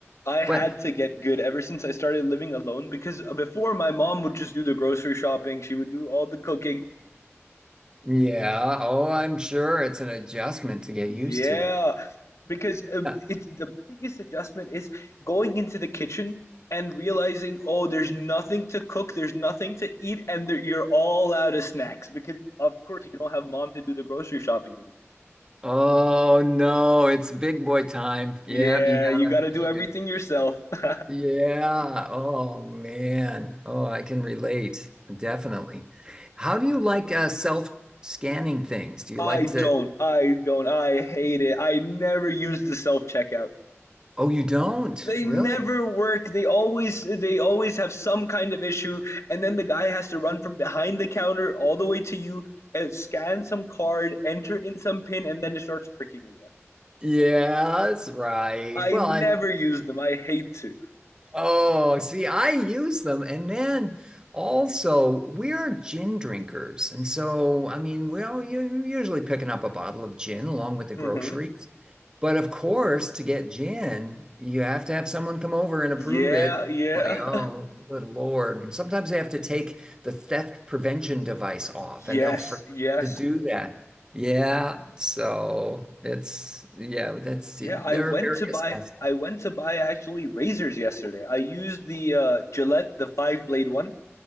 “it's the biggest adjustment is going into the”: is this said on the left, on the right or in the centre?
Left